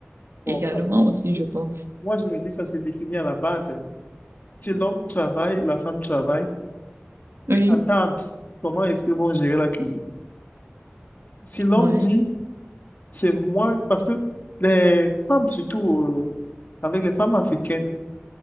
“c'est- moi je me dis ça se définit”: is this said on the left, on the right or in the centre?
Left